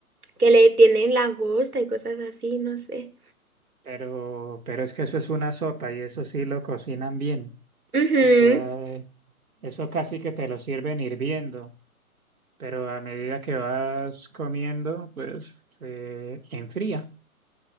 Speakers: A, on the right; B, on the right.
A: que le tienen langosta y cosas así, no sé.
B: pero, pero es que eso es una sopa y eso sí lo cocinan bien.
A: Ujú.
B: O sea, eh, eso casi que te lo sirven hirviendo, pero a medida que vas comiendo, pues se enfría.